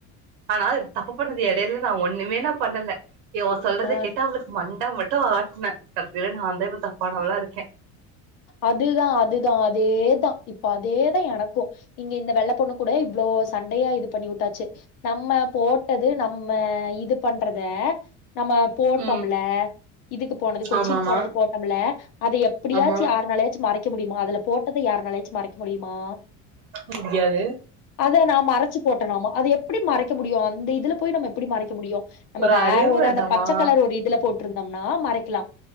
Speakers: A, on the right; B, on the left.
A: ஆனால் தப்பு பண்ணது இடையில நான் ஒண்ணுமே நான் பண்ணல இவ சொல்றத
B: ஆ
A: கேட்டா அவளுக்கு மண்ட மட்டும் ஆட்டுனே கடசில நான் தான் தப்பானவளா இருக்கேன்
B: அதுதான் - அதுதான் அது இதேதான் இப்ப அதேதான் எனக்கும் இங்க இந்த வெள்ளை பொண்ணு கூட இவ்வளோ சண்டையா இது பண்ணி வுட்டாச்சி நம்ம போட்டது நம்ம இது பண்றத நம்ம போட்டோமல்ல
A: ம்
B: இதுக்கு போனது கொச்சின்
A: ஆமாமா
B: போனது போட்டோமல்ல அதை எப்படியா
A: ஆமா
B: யாருநாலயாச்சும் மறைக்க முடியுமா அதுல போட்டத யாருநாலயாச்சும் மறைக்க முடியுமா
A: முடியாது
B: அத நான் மறச்சு போட்டனாமா அத எப்டி மறைக்க சோ முடியும் அந்த இதுல போய் நம்ம எப்புடி மறைக்க முடியும் நம்ம
A: ஒரு
B: வேற
A: அறிவு
B: ஒரு
A: வேண்டாமா
B: அந்த பச்சக்கலர் ஒரு இதுல போட் ட்ருந்தம்னா மறைக்கிலா